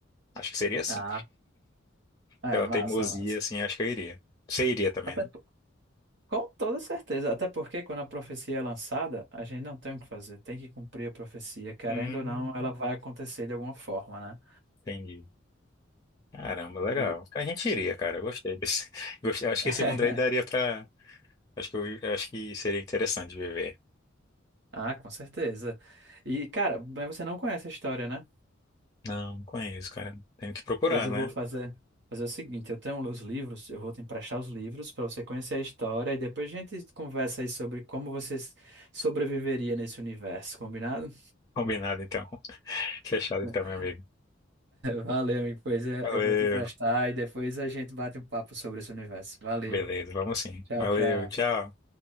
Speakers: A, on the left; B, on the right.
A: Acho que seria assim.
B: Ah, é,
A: Pela
B: massa,
A: teimosia,
B: massa.
A: assim, acho que eu iria. Você iria também,
B: Até
A: né?
B: po- com toda certeza, até porque quando a profecia é lançada, a gente não tem o que fazer, tem que cumprir a profecia, querendo
A: Hum,
B: ou não, ela vai acontecer de alguma forma, né?
A: entendi. Caramba, legal.
B: E
A: A gente iria, cara. Eu Gostei desse. <laughs> Gostei. Acho que
B: <laughs>
A: esse mundo aí daria pra. Acho que eu, acho que seria interessante viver.
B: Ah, com certeza. E, cara, mas você não conhece a história, né?
A: Não, não conheço, cara. Tenho que procurar,
B: Pois eu
A: né?
B: vou fazer, fazer o seguinte: eu tenho os livros, eu vou te emprestar os livros para você conhecer a história e depois a gente conversa aí sobre como você s- sobreviveria nesse universo, combinado?
A: Combinado, então. <laughs> Fechado,
B: <laughs>
A: então, meu amigo.
B: Valeu, amigo. Pois é,
A: Valeu.
B: eu vou te emprestar e depois a gente bate um papo sobre esse universo. Valeu.
A: Beleza, vamos sim.
B: Tchau,
A: Valeu,
B: tchau.
A: tchau.